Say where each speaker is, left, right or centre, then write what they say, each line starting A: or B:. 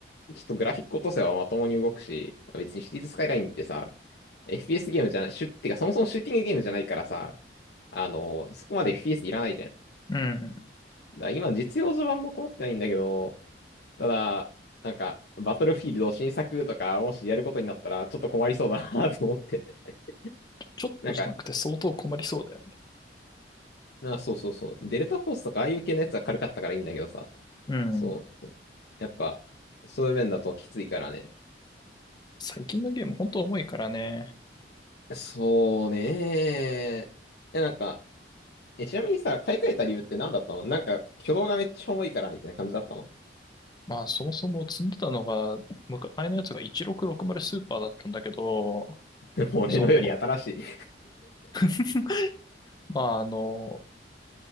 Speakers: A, on the left; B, on the left.
A: ちょっとグラフィック落とせばまともに動くし、別にシティーズスカイラインってさ、FPS ゲームじゃない、シュってかそもそもシューティングゲームじゃないからさ、あの、そこまで FPS いらないじゃん。だか
B: うん。
A: ら今実用序盤も困ってないんだけど、ただ、なんか、バトルフィールド新作とか、もしやることになったら、ちょっと困りそうだな <laughs> と思って。<laughs>
B: ちょっとじゃなくて相当困りそうだよね
A: なんか、な、そうそうそう。デルタフォースとかああいう系のやつは軽かったからいいんだけどさ、
B: うん。
A: そう。やっぱ、そういう面だときついからね。
B: 最近のゲームほんと重いからね。
A: そうねえ、えなんか、え、ちなみにさ、買い替えた理由って何だったのなんか、挙動がめっちゃ重いから、みたいな感じだったの
B: まあそもそも積んでたのが、昔前のやつが1660スーパーだったんだけど、
A: <laughs> もう俺のより新しい
B: その、<laughs> まああの、